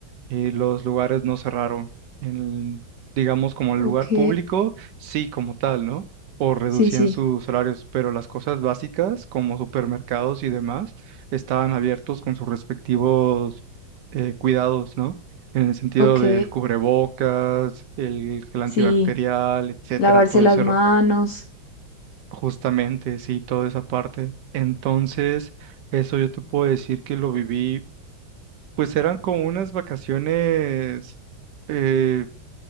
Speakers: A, on the right (about 70°); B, on the left (about 75°).
A: y los lugares no cerraron. En, digamos, como el
B: Ok,
A: lugar público, sí, como tal, ¿no? O reducían
B: sí, sí,
A: sus horarios, pero las cosas básicas, como supermercados y demás, estaban abiertos con sus respectivos eh, cuidados, ¿no? En el sentido
B: ok,
A: del cubrebocas, el gel
B: sí,
A: antibacterial, etcétera,
B: lavarse
A: todo
B: las
A: ese
B: manos.
A: ro- Justamente, sí, toda esa parte. Entonces, eso yo te puedo decir que lo viví pues eran como unas vacaciones eh,